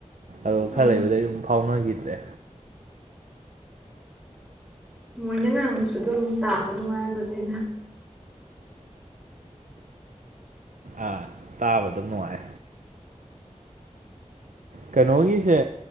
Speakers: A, on the right (about 80°); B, in the centre.
A: ꯑꯗꯨꯝ
B: ꯎꯝ
A: ꯈꯔ ꯂꯩꯕꯗꯒꯤ ꯑꯗꯨꯝ ꯐꯥꯎꯅꯈꯤꯗ꯭ꯔꯦ꯫
B: ꯃꯣꯏꯅ ꯉꯥꯡꯕꯁꯨ ꯑꯗꯨꯝ ꯇꯥꯕ ꯅꯨꯡꯉꯥꯏꯕꯅꯦꯗ
A: ꯑꯥꯥ ꯇꯥꯕ ꯗꯨꯝ ꯅꯨꯉꯥꯏ꯫ ꯀꯩꯅꯣꯒꯤꯁꯦ